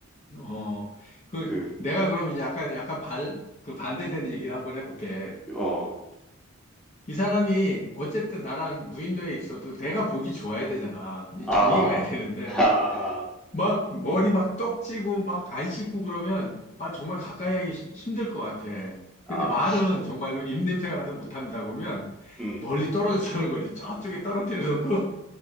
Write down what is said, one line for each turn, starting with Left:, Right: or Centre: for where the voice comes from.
Left: 어. 그,
Centre: 그
Left: 내가 그러면 약간, 약간 발, 그 반대되는 얘기를 한번 해볼게.
Centre: 어
Left: 이 사람이 어쨌든 나랑 무인도에 있어도 내가 보기 좋아야 되잖아. 이
Centre: 아,
Left: 정이 가야 되는데.
Centre: 하하,
Left: 막, 머리 막 떡지고 막 안 씻고 그러면, 아, 정말 가까이 하기 시- 힘들 것 같아.
Centre: 아,
Left: 근데 말은 정말로 입냄새가 나서 못한다 그러면
Centre: 음,
Left: 멀리 떨어져 서 하는 거지. 저쪽에 떨어뜨려 놓고 <laughs>